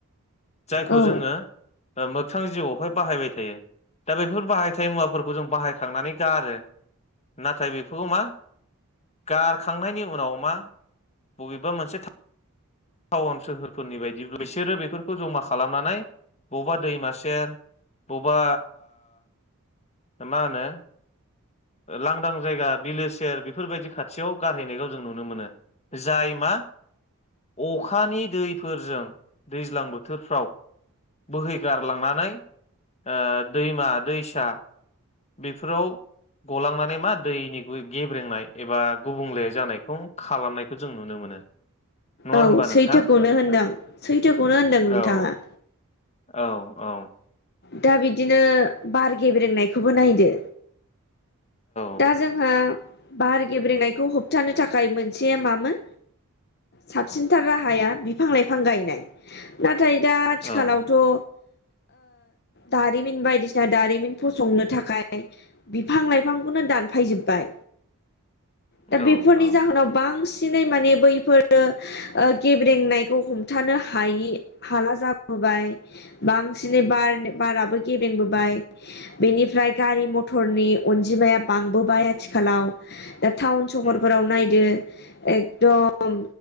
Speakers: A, on the left; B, on the left.
A: जायखौ
B: औ
A: जोङो ओ मोगथां जिउआव बो बाहायबाय थायो दा बेफोर बाहायथाय मुवाफोरखौ जों बाहायखांनानै गारो नाथाय बेखौबो मा गारखांनायनि उनाव मा बबेबा मोनसे टाउन सोहोरफोरनि बायदि बिसोरो बेफोरखौ जमा खालामनानै बबेबा दैमा सेर बबेबा ओ मा होनो लांदां जायगा बिलो सेर बेफोरबायदि खाथियाव गारहैनायखौ जों नुनो मोनो जाय मा अखानि दैफोरजों दैज्लां बोथोरफ्राव बोहैगारलांनानै ओ दैमा दैसा बेफोराव गलांनानै मा दैनि गेब्रेंनाय एबा गुबुंले जानायखौ खालामनायखौ जों नुनो मोनो। नङा
B: औ
A: होमबा
B: सैथोखौनो
A: नोंथां
B: होनदों सैथोखौनो होनदों नोंथाङा।
A: औ औ औ
B: दा बिदिनो बार गेब्रेंनायखौबो नायदो
A: औ
B: दा जोंहा बार गेब्रेनायखौ होबथानो थाखाय मोनसे मामोन साबसिनथार राहाया बिफां लाइफां गायनाय नाथाय। नाथाय दा आथिखालावथ'
A: औ
B: ओ दारिमिन बायदिसिना दारिमिन फसंनो थाखाय बिफां लाइफांखौनो दानफायजोबबाय दा
A: औ
B: बेफोरनि
A: औ
B: जाहोनाव बांसिन बांसिनै माने बैफोरो गेब्रेंनायखौ हमथानो हायि हाला जाबोबाय बांसिनै बार बाराबो गेब्रेंबोबाय बेनिफ्राय गारि मथरनि अनजिमाया बांबोबाय आथिखालाव दा टाउन सहरफोराव
A: उम
B: नायदो एकदम